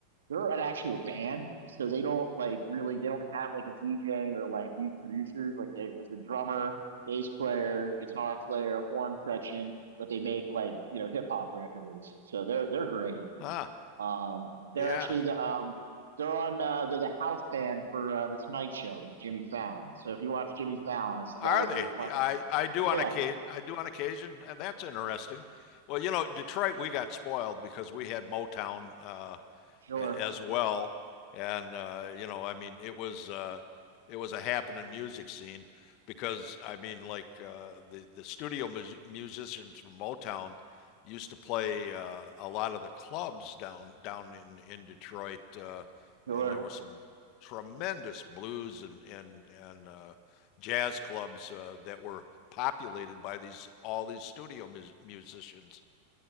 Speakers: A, on the right; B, on the left.
A: they're an actual band, so they don't like really they don't have like a DJ or like youth producers. Like it- it's a drummer, bass player, guitar player, horn section, but they make like you know hip hop records. So they're they're great.
B: Ah,
A: Um,
B: yeah.
A: they're actually the um they're on uh they're the house band for uh, the Tonight Show with Jimmy Fallon. So if you watch Jimmy Fallon, it's the
B: Are
A: guys
B: they?
A: that are playing.
B: I I do
A: Yeah,
B: on occasion. I do on occasion, and that's interesting. Well, you know, Detroit, we got spoiled because we had Motown. Uh,
A: sure,
B: as well. And uh, you know, I mean, it was uh, it was a happening music scene because I mean, like uh, the the studio mus musicians from Motown used to play uh, a lot of the clubs down down in in Detroit, uh,
A: sure.
B: and there were some tremendous blues and and and uh, jazz clubs uh, that were populated by these all these studio mus musicians.